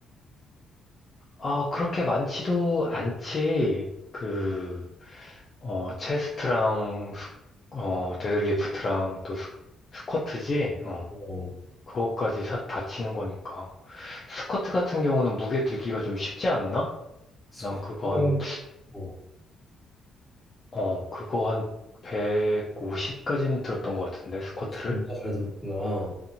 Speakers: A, on the left; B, in the centre.
A: 아, 그렇게 많지도 않지. 그, 어, 체스트랑, 스- 어, 데드리프트랑 또 스, 스쿼트지? 어,
B: 어,
A: 그것까지 사, 다 치는 거니까. 스쿼트 같은 경우는 무게 들기가 좀 쉽지 않나?
B: 스쿼트는
A: 난 그거 한,
B: 어,
A: 어, 그거 한 150까지는 들었던 것 같은데, 스쿼트를.
B: 진짜 잘 들었구나.